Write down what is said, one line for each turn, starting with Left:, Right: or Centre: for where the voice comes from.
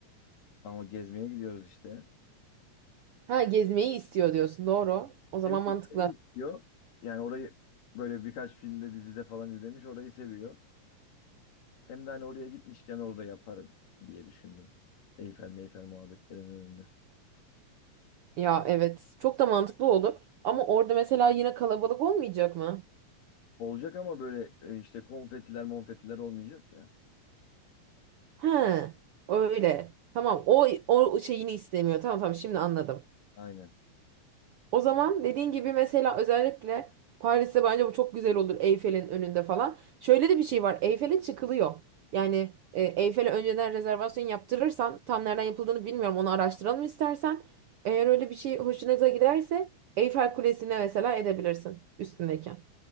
Left: Ama gezmeye gidiyoruz işte.
Right: Ha gezmeyi istiyor diyorsun. Doğru. O zaman
Left: Hem
Right: mantıklı.
Left: gezmeyi istiyor. Yani orayı böyle birkaç filmde dizide falan izlemiş orayı seviyor. Hem de hani oraya gitmişken orada yaparım diye düşündüm. Eyfel meyfel muhabbetlerinin önünde.
Right: Ya evet çok da mantıklı olur ama orada mesela yine kalabalık olmayacak mı?
Left: Olacak ama böyle e, işte konfetiler monfetiler olmayacak ya.
Right: He öyle tamam o, o şeyini istemiyor tamam tamam şimdi anladım.
Left: Aynen.
Right: O zaman dediğin gibi mesela özellikle Paris'te bence bu çok güzel olur Eyfel'in önünde falan. Şöyle de bir şey var Eyfel'e çıkılıyor. Yani e, Eyfel'e önceden rezervasyon yaptırırsan tam nereden yapıldığını bilmiyorum onu araştıralım istersen. Eğer öyle bir şey hoşunuza giderse Eyfel Kulesi'ne mesela edebilirsin üstündeyken.